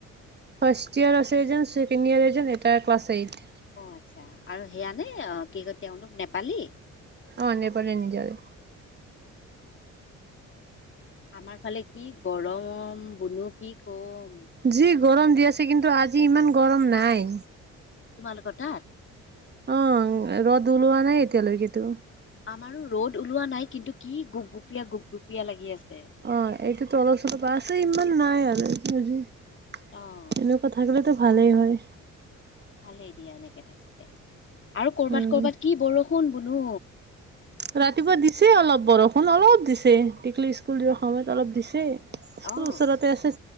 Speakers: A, on the right; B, on the left.
A: ফাৰ্ষ্ট ইয়াৰ আছে এজন, ছেকেণ্ড ইয়াৰ এজন, এটা ক্লাছ এইট।
B: আচ্ছা আৰু সেয়া মানে অ কি কয় তেওঁলোক নেপালী?
A: অ' নেপালী নিজৰে
B: আমাৰ ফালে কি গৰম বুনো কি কম।
A: যি গৰম দি আছে কিন্তু আজি ইমান গৰম নাই।
B: তোমালোকৰ তাত?
A: অঁ' ৰ'দ ওলোৱা নাই এতিয়ালৈকেতো।
B: আমাৰো ৰ'দ ওলোৱা নাই কিন্তু কি গোপ-গুপীয়া, গোপ-গুপীয়া লাগি আছে।
A: অ' এইটোতো তলপ-চলপ আছে, ইমান নাই আৰু আজি এনেকুৱা
B: অ',
A: থাকিলেতো ভালেই হয়।
B: ভালেই দিয়া এনেকে থাকিলে আৰু কৰবাত
A: অ'
B: কৰবাত কি বৰষুণ বোনো।
A: ৰাতিপুৱা দিছে অলপ বৰষুণ, অলপ দিছে তিক্লি স্কুল যোৱা সময়ত অলপ দিছে। স্কুল
B: অ',
A: ওচৰতে আছে